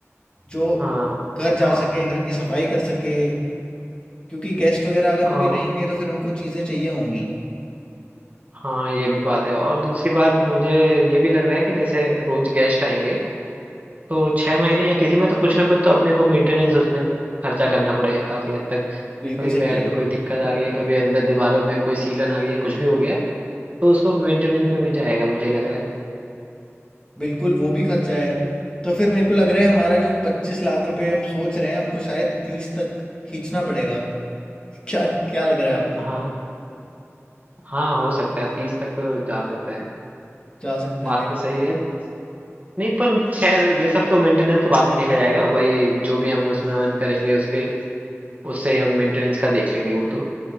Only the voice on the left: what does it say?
जो
घर जा
सके, घर की सफाई कर सके क्योंकि गेस्ट वगैरह अगर
कोई रहेंगे तो फिर उनको चीज़ें चाहिए होंगी।
बिल्कुल
सही
कह रहे
हो।
बिल्कुल वो भी खर्चा है। तो फिर मेरे को लग रहा है हमारा जो 25 लाख रुपए हम सोच रहे हैं हमको शायद 30 तक खींचना पड़ेगा। क्या क्या लग रहा है आपको?
जा सकता
है मेरे
को